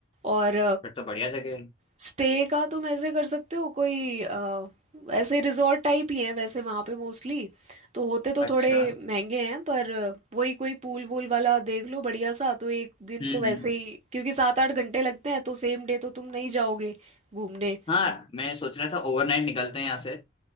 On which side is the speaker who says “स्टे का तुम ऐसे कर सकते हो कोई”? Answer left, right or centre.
Right